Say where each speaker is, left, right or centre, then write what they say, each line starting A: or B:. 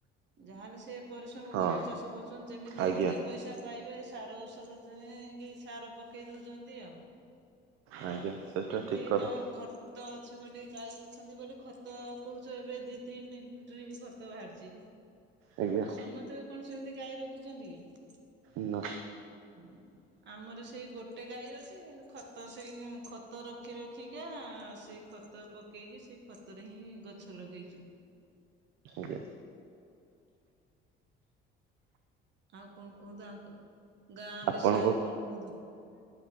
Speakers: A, on the right; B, on the right.
A: ଯାହାହେଲେ ସେି ପରିଶ୍ରମ
B: ହଁ
A: କର ଚାଷ କରୁଛନ୍ତି ଯେମିତି
B: ଆଜ୍ଞା
A: ହେଲେ ଦି ପଇସା ପାଇବେ ସାର ଔଷଧ କି ସାର ପକେଇ ଦଉଛନ୍ତି ଆଉ
B: ଆଜ୍ଞା ସେଇଟା
A: ଯେମିତି
B: ଠିକ କଥା
A: ତମର ଖତ ଅଛି। ବୋଲି ଗାଈ ଅଛନ୍ତି ବୋଲି ଖତ କହୁଛ ଏବେ ଦି ତିନିରେ ବି ଖତ ବାହାରିଛି।
B: ଆଜ୍ଞା
A: ଆଉ ସମସ୍ତେ କଣ ସେମିତି ଗାଈ ରଖିଛନ୍ତି କି।
B: ନ।
A: ହଁ ଆମର ସେଇ ଗୋଟେ ଗାଈ ଅଛି କିନ୍ତୁ ଖତ ସେଇ ଖତ ରଖି ରଖିକା ସେଇ ଖତ ପକେଇକି ସେଇ ଖତରେ ହିଁ ଗଛ ଲଗେଇଛୁ।
B: ଞ
A: ଆଉ କଣ କୁହନ୍ତୁ ଆ ଗାଁ
B: ଆପଣଙ୍କ
A: ବିଷୟରେ କଣ କୁହନ୍ତୁ